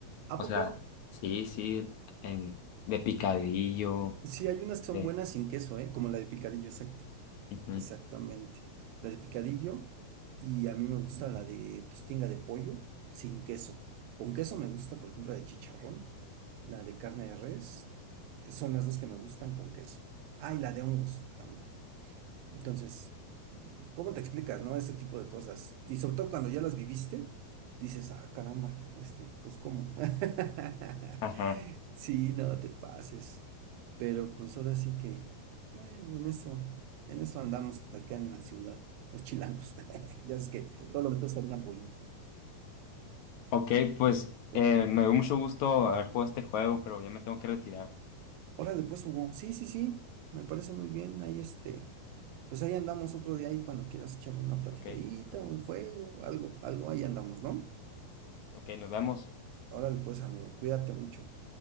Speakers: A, on the right; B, on the left.
A: ¿A
B: O
A: poco?
B: sea, sí, sí, en, de picadillo.
A: Sí, hay unas que son
B: de-
A: buenas sin queso, ¿eh? Como la de picadillo, exacto.
B: ujú,
A: Exactamente. La de picadillo. Y a mí me gusta la de pues, tinga de pollo sin queso. Con queso me gusta, por ejemplo, la de chicharrón, la de carne de res. Son las dos que me gustan con queso. Ah, y la de hongos también. Entonces, ¿cómo te explicas, no? Ese tipo de cosas. Y sobre todo cuando ya las viviste, dices, ah, caramba, este, pues ¿cómo? <laughs>
B: Ajá.
A: Sí, no te pases. Pero pues ahora sí que, ay, en eso, en eso andamos acá en la ciudad, los chilangos. <laughs> Ya es que todo lo que está en una bolilla.
B: Ok, pues
A: Pero
B: eh,
A: bueno.
B: me dio mucho gusto haber jugado este juego, pero ya me tengo que retirar.
A: Órale, pues Hugo, sí, sí, sí, me parece muy bien. Ahí este, pues ahí andamos otro día ahí cuando quieras echar una platicadita,
B: Ok,
A: un juego, algo, algo, ahí andamos, ¿no?
B: ok, nos vemos.
A: Órale pues, amigo, cuídate mucho.